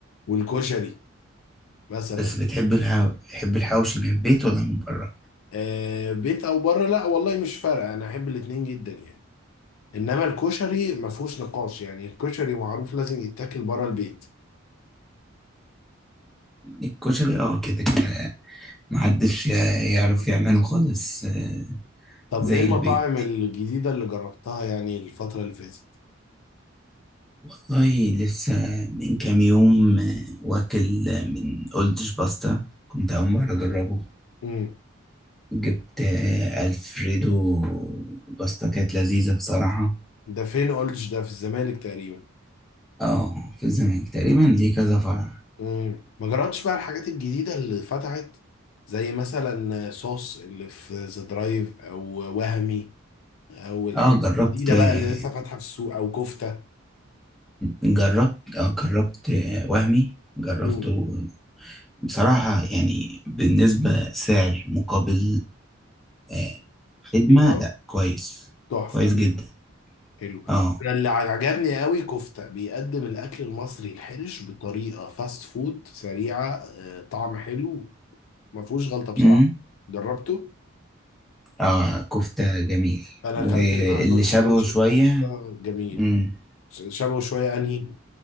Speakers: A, on the left; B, in the centre.
A: والكشري مثلا
B: بس بتحب الحو... بتحب الحوشي من البيت ولا من بره؟
A: آه بيت او بره لا والله مش فارقه انا احب الاتنين جدا يعني انما الكشري ما فيهوش نقاش يعني الكشري معروف لازم يتاكل بره البيت
B: الكشري اه كده كده محدش يع- يعرف
A: بالظبط.
B: يعمله خالص آه،
A: طب
B: زي
A: ايه المطاعم
B: البيت
A: الجديده اللي جربتها يعني الفتره اللي فاتت
B: والله لسه من كام يوم آه، واكل آه، من أولدش باستا كنت أول مرة أجربه
A: امم
B: جبت آه، ألفريدو باستا كانت لذيذة بصراحة
A: ده فين قلتش ده في الزمالك تقريبا
B: اه في الزمالك تقريبا ليه كذا فرع
A: مم. ما جربتش بقى الحاجات الجديدة اللي فتحت زي مثلا صوص اللي في ذا درايف او وهمي او الحاجات
B: اه جربت
A: الجديدة
B: آه،
A: بقى اللي لسه فاتحة في السوق او كفتة
B: جربت اه جربت آه، وهمي جربته
A: مم.
B: بصراحة يعني بالنسبة سعر مقابل آه، خدمة
A: قيمة
B: لا كويس
A: تحفة
B: كويس جدا
A: حلو
B: اه
A: أنا اللي عجبني قوي كفتة بيقدم الاكل المصري الحرش بطريقة فاست فود سريعة آه، طعم حلو ما فيهوش غلطة بصراحة
B: امم
A: جربته
B: اه كفتة جميل
A: انا
B: واللي
A: اكلت من عنده الحواوشي
B: شبهه شوية
A: الكفتة جميل
B: امم
A: شبهه شوية انهي